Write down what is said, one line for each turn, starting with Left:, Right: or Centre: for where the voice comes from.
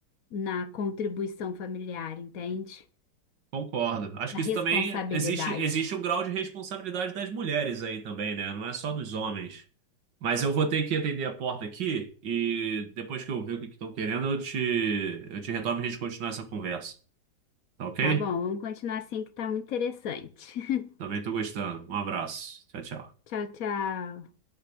Left: na contribuição familiar, entende?
Right: Concordo. Acho
Left: Na
Right: que
Left: responsabilidade.
Right: isso também existe, existe um grau de responsabilidade das mulheres aí também, né? Não é só dos homens. Mas eu vou ter que atender a porta aqui e depois que eu ver o que estão querendo, eu te, eu te retorno e a gente continuar essa conversa. Tá ok?
Left: Tá bom, vamos continuar assim que tá muito interessante. <laughs>
Right: Também tô gostando. Um abraço. Tchau, tchau.
Left: Tchau, tchau.